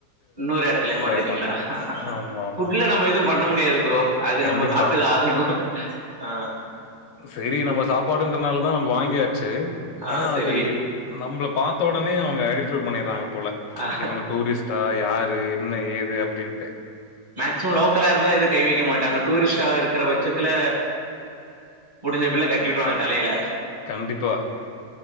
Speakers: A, on the right (about 30°); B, on the left (about 80°).
A: இன்னொரு இடத்துல ஏமாந்துட்டீங்களா
B: ஏமாந்துட்டேன். ஆமாமா.
A: ஃபுட்ல நம்ம எதுவு பண்ண முடியாது ப்ரோ அது
B: கண்டிப்பா.
A: நம்ம சாப்ட்டு தா ஆகணு ஆ
B: சேரி நம்ம சாப்பாடுன்றனாலதா நம்ம வாங்கியாச்சு
A: ஆ,
B: ஆனா
A: சரி
B: அது நம்மள பாத்த உடனே அவங்க ஐடென்டிஃபை பண்ணிட்றாங்க போல
A: ஆ,
B: இவங்க டூரிஸ்டா யாரு என்ன ஏது அப்டின்ட்டு
A: மேக்சிமம் லோக்கலாருந்தா எதும் கை வைக்க மாட்டாங்க டூரிஸ்டாருக்கிற பட்சத்துல முடிஞ்ச பில்ல கட்டி உட்ருவாங்க தலைல
B: கண்டிப்பா